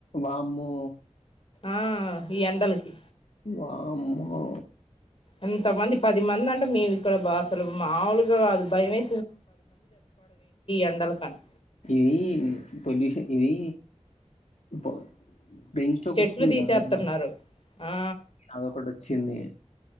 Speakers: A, on the left; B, on the left.
A: వామ్మో
B: ఆ ఈ యెన్డలకి
A: వామ్మో
B: ఎంతమంది పది మంది అంటే మేవి ఇక్కడ బా అసలు మాములుగా అది భయమే ఎండలకని
A: ఇది పొల్యూషన్ ఇది పొ బ్రెయిన్ స్తొక్క్
B: చెట్లు
A: వస్తుంది
B: తీసేస్తున్నారు
A: కదా
B: ఆ
A: అదొకటి వచ్చింది